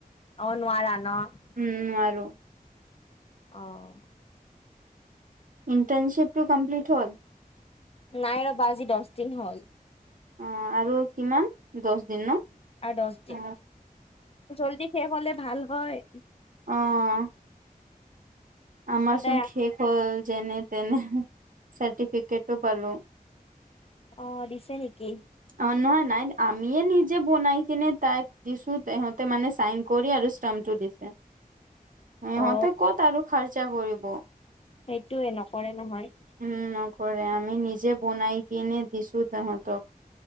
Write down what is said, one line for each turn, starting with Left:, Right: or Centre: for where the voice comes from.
Left: অ' নোৱাৰা ন'?
Right: উম, নোৱাৰো।
Left: অ'।
Right: ইণ্টাৰ্নশ্বিপটো কম্প্লিট হ'ল?
Left: নাই ৰবা আজি দছদিন হ'ল।
Right: অ' আৰু কিমান দছদিন ন'?
Left: আৰু দছদিন।
Right: অ
Left: জল্দি শেষ হ'লে ভাল হয়।
Right: অ'। আমাৰচোন
Left: সদায় আহ
Right: শেষ হ'ল যেনে তেনে, চাৰ্টিফিকেটটো পালো।
Left: অ' দিছে নেকি?
Right: অ' নহয় নাই, আমিয়ে নিজে বনাই কিনে তাইক দিছোঁ তেহঁতে মানে চাইন কৰি আৰু স্টামটো দিছে। সিহঁতে
Left: অ
Right: ক'ত আৰু খৰচা কৰিব।
Left: সেইটোয়ে নকৰে নহয়।
Right: উম, নকৰে। আমি নিজে বনাই কিনে দিছোঁ তেহাঁতক।